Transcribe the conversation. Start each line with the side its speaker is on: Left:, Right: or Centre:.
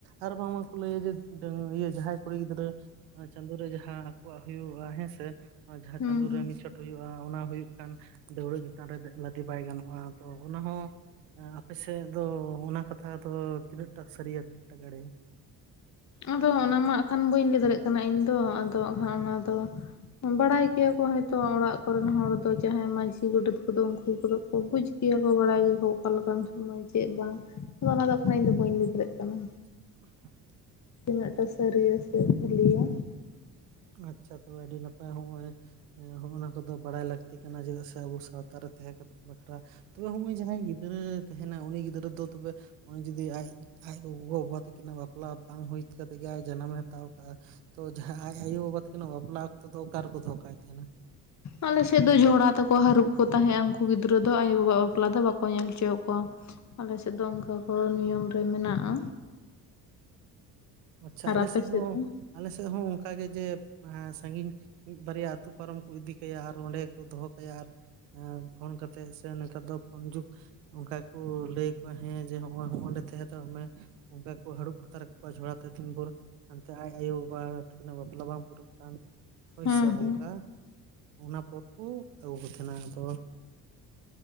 Right: ᱟᱨ ᱵᱟᱝᱢᱟ ᱠᱚ ᱞᱟᱹᱭᱟ ᱡᱮ ᱡᱟᱦᱟᱸᱭ ᱠᱩᱲᱤ ᱜᱤᱫᱽᱨᱟᱹ ᱪᱟᱸᱫᱚ ᱨᱮ ᱡᱟᱦᱟᱸ ᱟᱠᱚᱣᱟᱜ ᱦᱩᱭᱩᱜᱼᱟ ᱦᱮᱸᱥᱮ ᱡᱟᱦᱟᱸ
Left: ᱦᱩᱸ
Right: ᱪᱟᱸᱫᱚ
Left: ᱦᱩᱸ
Right: ᱨᱮ ᱢᱤᱫ ᱦᱩᱭᱩᱜᱼᱟ ᱚᱱᱟ ᱦᱩᱭᱩᱜ ᱠᱷᱟᱱ ᱫᱟᱹᱣᱲᱟᱹ ᱪᱮᱛᱟᱱ ᱨᱮ ᱞᱟᱫᱮ ᱵᱟᱭ ᱜᱟᱱᱚᱜᱼᱟ ᱛᱚ ᱚᱱᱟ ᱦᱚᱸ ᱟᱯᱮ ᱥᱮᱫ ᱫᱚ ᱚᱱᱟ ᱠᱟᱛᱷᱟ ᱫᱚ ᱛᱤᱱᱟᱹᱜ ᱴᱟᱜ ᱥᱟᱹᱨᱤᱭᱟ ᱛᱤᱱᱟᱹᱜ ᱴᱟ ᱮᱲᱮᱭᱟ
Left: ᱟᱫᱚ ᱚᱱᱟ ᱢᱟ ᱟᱠᱷᱟᱱ ᱵᱟᱹᱧ ᱞᱟᱹᱭ ᱫᱟᱲᱮᱭᱟᱜ ᱠᱟᱱᱟ ᱤᱧ ᱫᱚ ᱟᱫᱚᱜ ᱚᱱᱟ ᱛᱚ ᱵᱟᱰᱟᱭ ᱠᱮᱭᱟ ᱠᱚ ᱛᱚ ᱚᱲᱟᱜ ᱠᱚᱨᱮᱱ ᱦᱚᱲ ᱫᱚ ᱡᱟᱦᱟᱸᱭ ᱢᱟᱺᱡᱷᱤ ᱜᱚᱰᱮᱛ ᱠᱚᱫᱚ ᱩᱱᱠᱩ ᱠᱚᱫᱚ ᱠᱚ ᱵᱩᱡᱽ ᱜᱮᱭᱟ ᱠᱚ ᱵᱟᱰᱟᱭ ᱜᱮᱭᱟ ᱠᱚ ᱚᱠᱟ ᱞᱮᱠᱟᱱ ᱥᱚᱢᱚᱭ ᱪᱮᱫ ᱵᱟᱝ ᱤᱧ ᱫᱚ ᱚᱱᱠᱷᱟᱱ ᱵᱟᱹᱧ ᱞᱟᱹᱭ ᱫᱟᱲᱮᱭᱟᱜ ᱠᱟᱱᱟ
Right: <unintelligible>
Left: ᱛᱤᱱᱟᱹᱜ ᱴᱟ ᱥᱟᱹᱨᱤᱭᱟ ᱥᱮ ᱠᱷᱟᱹᱞᱤᱭᱟ
Right: ᱟᱪᱷᱟ ᱛᱚᱵᱮ ᱟᱹᱰᱤ ᱱᱟᱯᱟᱭ ᱦᱚᱸᱜᱼᱚᱭ ᱦᱚᱸᱜᱼ ᱱᱟ ᱠᱚ ᱫᱚ ᱵᱟᱰᱟᱭ ᱞᱟᱹᱠᱛᱤ ᱠᱟᱱᱟ ᱪᱮᱫᱟᱜ ᱥᱮ ᱟᱵᱚ ᱥᱟᱶᱛᱟᱨᱮ ᱛᱟᱦᱮᱸ ᱵᱟᱠᱷᱨᱟ ᱛᱚᱵᱮ ᱦᱩᱜᱼᱩᱭ ᱡᱟᱦᱟᱸᱭ ᱜᱤᱫᱽᱨᱟᱹ ᱛᱮᱦᱮᱸᱱᱟ ᱩᱱᱤ ᱜᱤᱫᱽᱨᱟᱹ ᱫᱚ ᱛᱚᱵᱮ ᱩᱱᱤ ᱡᱩᱫᱤ ᱟᱡ ᱟᱡ ᱜᱚᱜᱚ ᱵᱟᱵᱟ ᱛᱟᱹᱠᱤᱱᱟᱜ ᱵᱟᱯᱞᱟ ᱵᱟᱝ ᱦᱩᱭ ᱠᱟᱛᱮᱫ ᱜᱮ ᱟᱡ ᱡᱟᱱᱟᱢ ᱦᱟᱛᱟᱣ ᱠᱟᱜᱼᱟ ᱛᱚ ᱡᱟᱦᱟᱸ ᱟᱡ ᱟᱭᱳ ᱵᱟᱵᱟ ᱛᱟᱹᱠᱤᱱᱟᱜ ᱵᱟᱯᱞᱟ ᱚᱠᱛᱚ ᱫᱚ ᱚᱠᱟ ᱨᱮᱠᱚ ᱫᱚᱦᱚ ᱠᱟᱭ ᱠᱷᱟᱱᱟ
Left: ᱟᱞᱮ ᱥᱮᱫ ᱫᱚ ᱡᱷᱚᱲᱟ ᱛᱮᱠᱚ ᱦᱟᱹᱨᱩᱵ ᱠᱚ ᱛᱟᱦᱮᱸᱫᱼᱟ ᱩᱱᱠᱩ ᱜᱤᱫᱽᱨᱟᱹ ᱫᱚ ᱟᱭᱳ ᱵᱟᱵᱟ ᱣᱟᱜ ᱵᱟᱯᱞᱟ ᱫᱚ ᱵᱟᱠᱚ ᱧᱮᱞ ᱦᱚᱪᱚ ᱠᱚᱣᱟ ᱟᱞᱮ ᱥᱮᱫ ᱫᱚ ᱚᱱᱠᱟ ᱠᱚ ᱱᱤᱭᱚᱢ ᱨᱮ ᱢᱮᱱᱟᱜᱼᱟ
Right: <inaudible> ᱟᱪᱪᱷᱟ
Left: ᱟᱨ
Right: ᱟᱞᱮ
Left: ᱟᱯᱮ
Right: ᱥᱮᱫ ᱦᱚᱸ
Left: ᱫᱚ
Right: ᱟᱞᱮ ᱥᱮᱫ ᱦᱚᱸ ᱚᱱᱠᱟ ᱜᱮ ᱡᱮ ᱥᱟᱹᱜᱤᱧ ᱢᱤᱫ ᱵᱟᱨᱭᱟ ᱟᱹᱛᱩ ᱯᱟᱨᱚᱢ ᱠᱚ ᱤᱫᱤ ᱠᱟᱭᱟ ᱟᱨ ᱚᱸᱰᱮ ᱜᱮᱠᱚ ᱫᱚᱦᱚ ᱠᱟᱭᱟ ᱟᱨ ᱯᱷᱳᱱ ᱠᱟᱛᱮᱫ ᱥᱮ ᱱᱮᱛᱟᱨ ᱫᱚ ᱯᱷᱳᱱ ᱡᱩᱜᱽ ᱚᱱᱠᱟ ᱠᱚ ᱞᱟᱹᱭ ᱟᱠᱚᱣᱟ ᱦᱮᱸ ᱡᱮ <unintelligible> ᱱᱚᱸᱰᱮ ᱛᱟᱦᱮᱸ ᱦᱟᱛᱟᱲ ᱚᱜ ᱢᱮ ᱚᱱᱠᱟ ᱠᱚ ᱦᱟᱹᱨᱩᱵ ᱦᱟᱛᱟᱲ ᱠᱚᱣᱟ ᱡᱷᱚᱲᱟ <unintelligible> ᱛᱤᱱ ᱵᱷᱚᱨ ᱦᱟᱱᱛᱮ ᱟᱡ ᱟᱭᱳ ᱵᱟᱵᱟ ᱛᱟᱹᱠᱤᱱ ᱟᱜ ᱵᱟᱯᱞᱟ ᱵᱟᱝ ᱯᱩᱨᱟᱹᱜ ᱠᱟᱱ ᱦᱚᱭᱥᱟᱹ
Left: ᱦᱮᱸ ᱦᱮᱸ
Right: ᱚᱝᱠᱟ ᱚᱱᱟ ᱯᱚᱨ ᱠᱚ ᱟᱹᱜᱩ ᱠᱚ ᱛᱟᱦᱮᱱᱟ ᱟᱫᱚ